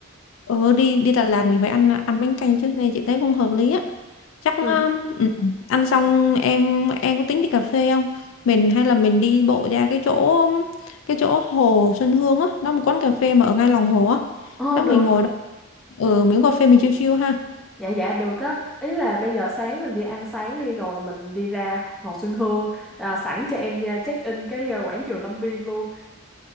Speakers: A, on the left (about 70°); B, in the centre.
A: Ờ đi đi Đà Lạt mình phải ăn ăn bánh canh chứ nên chị thấy không hợp lý á. chắc um,
B: Ừ.
A: ừ, ăn xong em em có tính đi cà phê không mình hay là mình đi bộ ra cái chỗ um, cái chỗ hồ Xuân Hương á nó một quán cà phê mà ở ngay lòng hồ á
B: Ờ
A: chắc
B: được.
A: mình ngồi đó ở miếng cà phê mình chill chill ha
B: Dạ dạ được á. Ý là bây giờ sáng mình đi ăn sáng đi rồi mình đi ra Hồ Xuân Hương à, sẵn cho em nha, check in cái ờ, quảng trường Lâm Viên luôn.